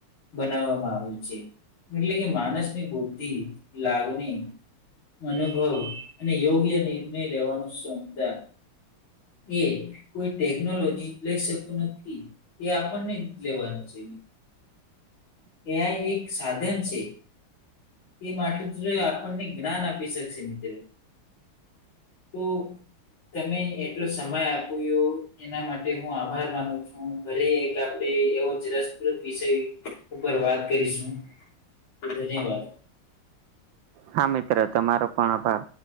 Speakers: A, on the left; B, on the right.
A: બનાવવામાં આવે છે. એટલે કે માનસ ની બુદ્ધિ લાગણી અનુભવ અને યોગ્ય નિર્ણય લેવાનું ક્ષમતા એ કોઈ ટેકનોલોજી લઈ શકતું નથી એ આપણને લેવાનું છે. એ આઈ એક સાધન છે. એ માત્ર આપણને જ્ઞાન આપી શકશે મિત્ર ખૂબ તમે એટલો સમય આપ્યું એના માટે હું આભાર માનું છું. ફરી એક આપડે એવો જ રસપ્રત વિષય ઉપર વાત કરીશું ધન્યવાદ
B: હા મિત્ર તમારો પણ આભાર